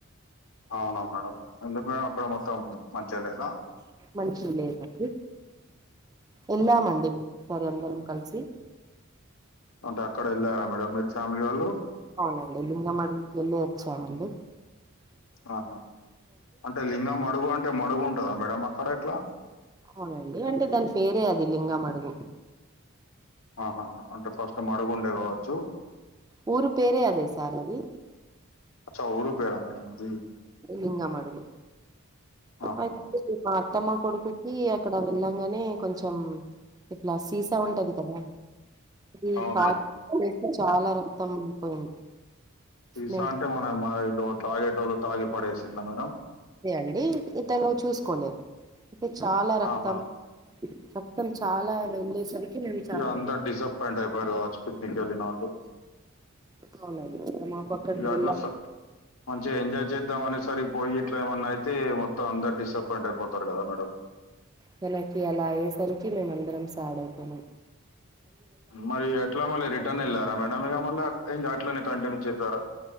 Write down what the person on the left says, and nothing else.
అవునా మేడం ఎందుకు మేడం అక్కడ మొత్తం మంచిగా లేదా
అంటే అక్కడ వెళ్ళారా మేడం మీరు చామియాలో
ఆహా అంటే లింగం మడుగు అంటే మడుగు ఉంటదా మేడమ్ అక్కడ ఎట్లా
ఆహా అంటే ఫస్ట్ మడుగుండే కావచ్చు
అచ్చా ఊరు పేరా మేడం అది
ఆహాహా!
అవునా!
సిసా
అంటే మనం మా ఈలు తాగెటోలు తాగి పడేసింరా మేడం
ఆహా!
ఇక అందరు డిసప్పాయింట్ అయిపోయారు కావచ్చు పిక్నిక్ వెళిన వాళ్ళు
ఇగ
అట్లా స మంచిగా ఎంజాయ్ చేద్దాం అనేసరికి పోయి ఇట్లా ఏమన్నా అయితే మొత్తం అందరు డిసప్పాయింట్ అయిపోతారు కదా మేడం
మరి ఎట్లా మళ్ళీ రిటర్న్ వెళ్ళారా మేడం ఇక అట్లనే కంటిన్యూ చేశారా